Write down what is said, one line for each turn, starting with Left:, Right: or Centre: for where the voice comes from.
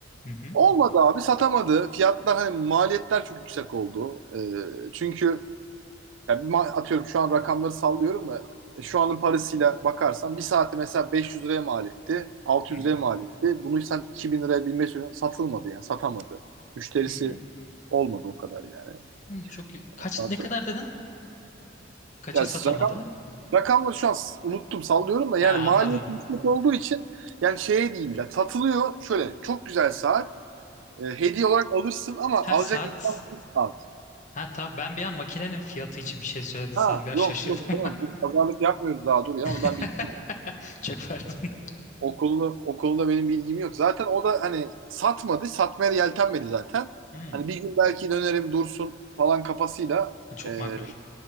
Left: Hı hı
Right: olmadı abi satamadı. Fiyatlar hani maliyetler çok yüksek oldu. Eee, çünkü ya bir ma- atıyorum şu an rakamları sallıyorum da e, şu anın parasıyla bakarsan bir saati mesela 500 liraya mal etti. 600
Left: hı hı.
Right: liraya mal etti. Bunu sen 2000 liraya 1500 liraya satılmadı yani satamadı. Müşterisi
Left: hı. Hı,
Right: olmadı o kadar yani.
Left: Hmm, Çok iyi. Kaç
Right: Ondan
Left: ne
Right: sonra-
Left: kadar dedin? Kaça
Right: Ya
Left: satamadı?
Right: siz rakam, rakamları şu an s- unuttum sallıyorum da yani
Left: Ha
Right: maliyet
Left: anladım.
Right: yüksek olduğu için yani şey değil ya satılıyor şöyle çok güzel saat E, hediye olarak alırsın ama
Left: Ha
Right: alacak
Left: saat.
Right: insan sensin abi.
Left: Ha tamam ben bir an makinenin fiyatı için bir şey söyledin sandım.
Right: Ha
Left: biraz
Right: yok
Left: şaşırdım.
Right: yok tamam. Biz pazarlık yapmıyoruz daha dur ya
Left: <laughs>
Right: onu ben bilmiyorum.
Left: Çok pardon.
Right: O konuda, o konuda benim bilgim yok. Zaten o da hani satmadı. Satmaya da yeltenmedi zaten.
Left: Hmm,
Right: Hani bir gün belki dönerim dursun falan kafasıyla
Left: çok
Right: e,
Left: makul.